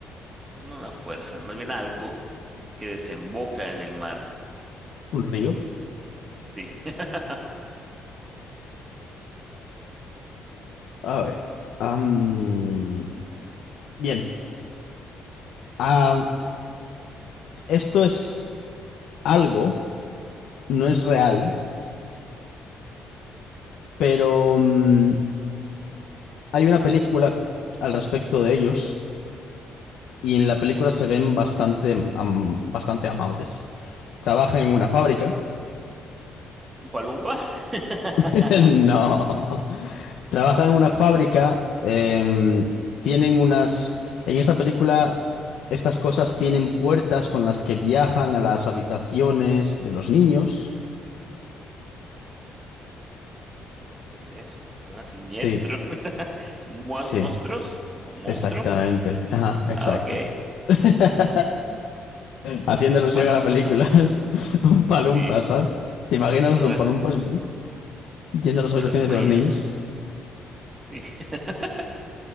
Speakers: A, on the right; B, on the left.
A: no una fuerza, más bien algo que desemboca en el mar.
B: ¿Un río?
A: Sí. <laughs>
B: A ver. am, bien. Ah, esto es algo, no es real, pero mm, hay una película al respecto de ellos y en la película se ven bastante, am- bastante amables. Trabajan en una fábrica.
A: ¿Un palumpa? <laughs>
B: <laughs> No. trabajan en una fábrica, em, tienen unas... En esta película, estas cosas tienen puertas con las que viajan a las habitaciones de los niños.
A: ¿Qué es eso? Suena siniestro.
B: Sí,
A: <laughs> ¿Mu-
B: sí,
A: ¿Monstruos? ¿O monstruo?
B: exactamente. Ajá, exacto.
A: Ah, ok.
B: <laughs> Haciendo
A: <laughs>
B: alusión
A: Palumpas.
B: a la película. <laughs> Un palumpa,
A: Sí.
B: ¿sabes? ¿Te imaginas
A: Bueno,
B: los palumpas
A: es-
B: yendo a las habitaciones
A: me los imagino.
B: de los niños?
A: Sí. <laughs>